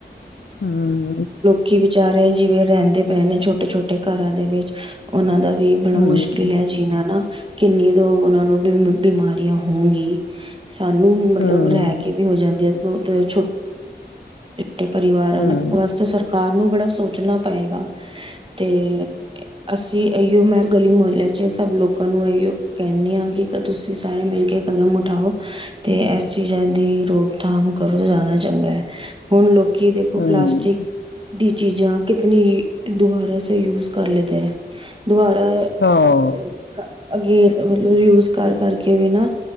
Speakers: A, on the left (about 75°); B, on the right (about 30°).
A: ਹਮ।
B: ਕੀ ਵਿਚਾਰੇ ਜਿਵੇਂ ਰੈੰਦੇ ਪਏ ਨੇ ਛੋਟੇ ਛੋਟੇ ਘਰਾਂ ਦੇ ਵਿੱਚ ਔਨਾਂ ਦਾ ਵੀ ਬੜਾ
A: ਹਮ
B: ਮੁਸ਼ਕਿਲ ਹੈ ਜੀਣਾ ਨਾ। ਕਿੰਨੀ ਤੋਂ ਔਨਾਂ ਨੂੰ ਬਿਮ ਬਿਮਾਰੀਆਂ ਹੋਊਗੀ। ਸਾਨੂੰ ਮਤਲਬ
A: ਹਮ
B: ਰਹ ਕੇ ਵੀ ਹੋ ਜਾਂਦੀਐਂ। ਜੋ ਤੇ ਛੋਟ ਕੇ ਪਰਿਵਾਰਾਂ
A: ਹੂੰ,
B: ਨਾਲੇ ਵਾਸਤੇ ਸਰਕਾਰ ਨੂੰ ਬੜਾ ਸੋਚਣਾ ਪਏਗਾ। ਤੇ, ਅਸੀਂ ਅਇਓ ਮੈਂ ਗਲੀ ਮੁਹੱਲਿਆਂ ਚ ਸਭ ਲੋਕਾਂ ਨੂੰ ਐਇਓ ਕੈਹਣੀ ਆਂ ਕਿ ਗਰ ਤੁਸੀਂ ਸਾਰੇ ਮਿਲ ਕੇ ਕਦਮ ਉਠਾਓ ਤੇ ਐਸ ਚੀਜ਼ਾਂ ਦੀ ਰੋਕਥਾਮ ਕਰੋ ਜ਼ਾਦਾ ਚੰਗੈ। ਹੁਣ ਲੋਕ ਕੀ ਦੇਖੋ
A: ਹੂੰ,
B: ਪਲਾਸਟਿਕ ਦੀ ਚੀਜ਼ਾਂ ਕਿਤਨੀ ਦੁਬਾਰਾ ਸ ਯੂਜ ਕਰ ਲਦਾ ਹੈ ਦੁਆਰਾਾ
A: ਹਾਂ,
B: ਅ ਅੱਗੇ ਮਤਲਬ ਯੂਜ ਕਰ ਕਰਕੇ ਵੀ ਨਾ